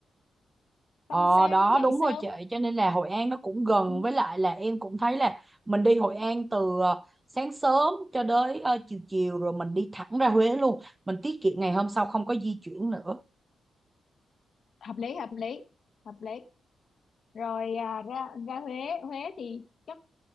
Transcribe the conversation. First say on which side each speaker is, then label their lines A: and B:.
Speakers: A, on the right; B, on the left.
A: Ờ
B: xong sáng
A: đó
B: dậy
A: đúng
B: sớm
A: rồi chị cho nên là Hội An nó cũng gần
B: Ừ,
A: với lại là em cũng thấy là mình đi Hội An từ ờ, sáng sớm cho đến ờ, chiều chiều rồi mình đi thẳng ra Huế luôn mình tiết kiệm ngày hôm sau không có di chuyển nữa
B: hợp lý hợp lý hợp lý rồi à, ra ra Huế Huế thì chắc